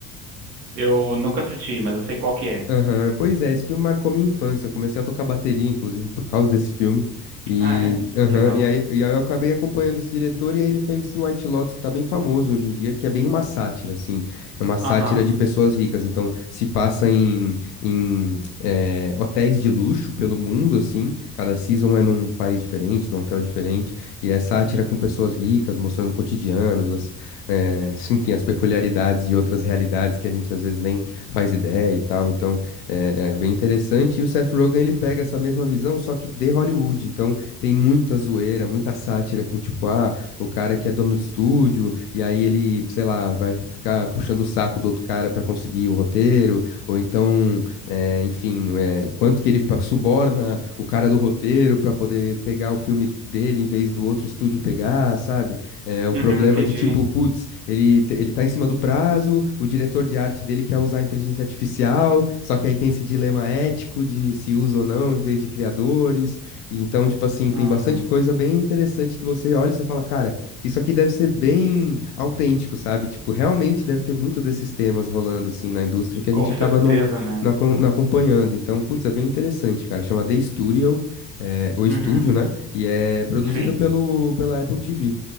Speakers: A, on the right; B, on the left.
A: eu nunca assisti, mas eu sei qual que é.
B: Aham, Pois é, esse filme marcou minha infância. Eu comecei a tocar bateria, inclusive, por causa desse filme. E,
A: Ah, é?
B: aham,
A: Que legal.
B: e, aí, e aí eu acabei acompanhando esse diretor, e aí ele fez esse White Lotus, que tá bem famoso hoje em dia, que é bem uma sátira, assim. É uma sátira
A: Aham.
B: de pessoas ricas. Então, se passa em, em eh, hotéis de luxo pelo mundo, assim. Cada season é num país diferente, num hotel diferente. E é sátira com pessoas ricas, mostrando cotidianos, as, eh, enfim, as peculiaridades de outras realidades que a gente às vezes nem faz ideia e tal. Então. É, é bem interessante. E o Seth Rogen, ele pega essa mesma visão, só que de Hollywood. Então, tem muita zoeira, muita sátira com, tipo, ah, o cara que é dono do estúdio, e aí ele, sei lá, vai ficar puxando o saco do outro cara pra conseguir o roteiro, ou então, é, enfim, é, quanto que ele pa- suborna o cara do roteiro pra poder pegar o filme dele em vez do outro estúdio pegar, sabe? É, o
A: Uhum,
B: problema
A: entendi.
B: de tipo, putz, ele, te- ele tá em cima do prazo, o diretor de arte dele quer usar a inteligência artificial, só que aí tem esse dilema ético de se usa ou não em vez de criadores. E então, tipo assim,
A: Aham.
B: tem bastante coisa bem interessante que você olha e você fala, cara, isso aqui deve ser bem autêntico, sabe? Tipo, realmente deve ter muito desses temas rolando assim na indústria que
A: Com
B: a gente acaba
A: certeza,
B: não,
A: né?
B: não, acom- não acompanhando. Então, putz, é bem interessante, cara. Chama The Studio, é, o estúdio,
A: Uhum.
B: né? E é produzido
A: Sim.
B: pelo, pela Apple TV.